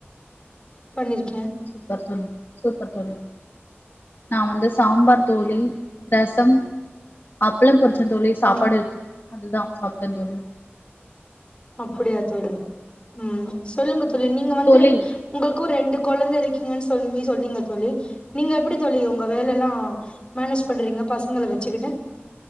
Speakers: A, on the left; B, on the left.
A: பண்ணிறிக்கே
B: சூப்பர் சொல்லுங் சூப்பர் தோழி நா வந்து சாம்பார் தோழி ரசம் அப்பலம் பொறிச்ச தோழி சாப்பாடு
A: ம்
B: அதுதா சாப்ட தோழி
A: அப்டியா தோழி ம் சொல்லுங்க தோழி நீங்க வந்து
B: தோழி
A: உங்களுக்கும் ரெண்டு குழந்த இருக்கீங்கன்னு சொல்லி சொன்னீங்க தோழி நீங்க எப்டி தோழி உங்க வேல எல்லா மேனேஜ் பண்றீங்க பசங்கள வச்சிகிட்டு